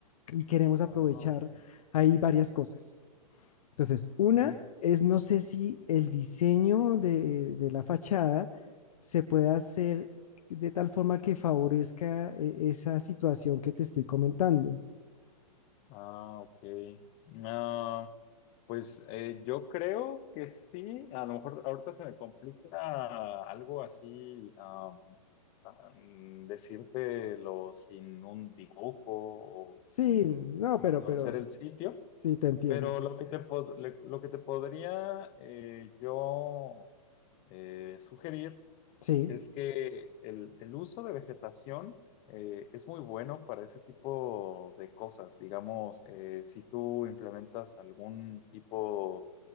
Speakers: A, on the left; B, on the left.
A: y queremos aprovechar
B: Ah, ok.
A: ahí varias cosas. Entonces, una
B: Ujú.
A: es, no sé si el diseño de, de la fachada se puede hacer de tal forma que favorezca eh, esa situación que te estoy comentando.
B: Ah, ok. No, pues eh, yo creo que sí. A lo mejor ahorita se me complica algo así, ah, ah, mm, decírtelo sin un dibujo o
A: Sí,
B: sin,
A: no,
B: sin
A: pero,
B: conocer
A: pero,
B: el sitio,
A: sí, te entiendo.
B: pero lo que te, pod- le- lo que te podría eh, yo eh, sugerir
A: Sí.
B: es que el, el uso de vegetación eh, es muy bueno para ese tipo de cosas. Digamos, eh, si tú implementas algún tipo